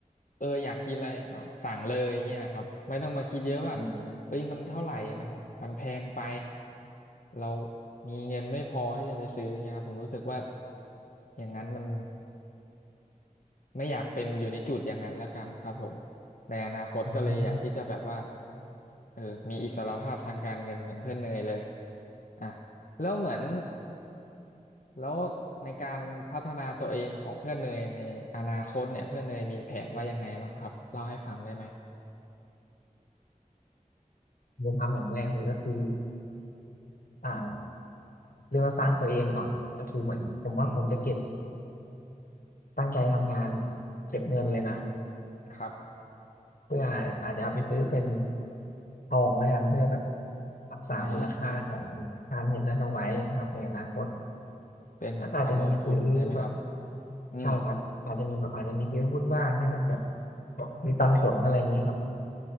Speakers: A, on the left; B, on the left.
A: เอออยากกินอะไรอาวสั่งเลยเงี้ยครับไม่ต้องมาคิดเยอะว่า
B: อืม
A: เอ้ยมันเท่าไหร่มันมันแพงไปเรามีเงินไม่พอที่จะไปซื้อเงี้ยครับผมรู้สึกว่าอย่างนั้นมันไม่อยากเป็นอยู่ในจุดอย่างนั้นแล้วกันครับผมในอนาคตก็เลยอยากที่จะแบบว่า
B: อืม
A: เออมีอิสรภาพทางการเงินเหมือนเพื่อนเนยเลยอ่ะแล้วเหมือนแล้วในการพัฒนาตัวเองของเพื่อนเนยในอนาคตเนี่ยเพื่อนเนยมีแผนว่ายังไงบ้างครับเล่าให้ฟังได้ไหม
B: ผมทำอย่างแรกเลยก็คืออ่าเรียกว่าสร้างตัวเองก่อนก็คือเหมือนผมว่าผมจะเก็บ
A: อืม
B: ตั้งใจทำงานเก็บเงินเลยนะ
A: ครับ
B: เพื่ออาจอาจจะเอาไปซื้อเป็นทองแล้วกันเพื่อแบบรักษามูลค่าของการเงินนั้นเอาไว้นะครับในอนาคต
A: อ่าเป็นเหมือนการลงทุนใช่ไหมครับ
B: แล้วก็อาจจะมีซื้อแบบ
A: อืม
B: ใช่ครับอาจจะมีแบบอาจจะมีซื้อหุ้นบ้างให้มันแบบมีปันผลอะไรอย่างเงี้ยครับ